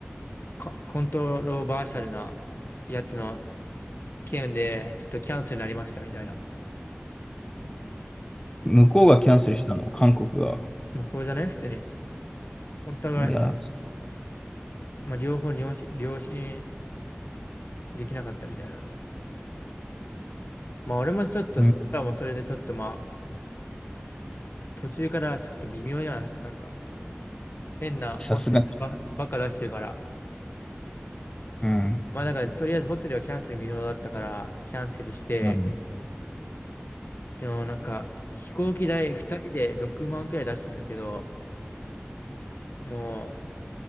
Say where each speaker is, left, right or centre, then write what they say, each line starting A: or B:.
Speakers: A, on the left; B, on the left.
A: コ、コントロバーシャルなやつの件で、ちょっとキャンセルになりましたみたいな。
B: 向こうがキャンセルしたの、韓国が。
A: まあ、そうじゃない普通に。お互い、
B: いや、
A: まあ、両方に良心良心できなかったみたいな。まあ、俺もちょっとそ、
B: うん、
A: 俺らもそれでちょっとまあ、途中からちょっと微妙な、なんか、変なコンテンツばばっか出してるから。
B: さすがに。うん。
A: まあ、だから、とりあえずホテルはキャンセル無料だったから、キャンセルして、
B: うん。
A: でもなんか、飛行機代2人で6万くらい出したんだけど、も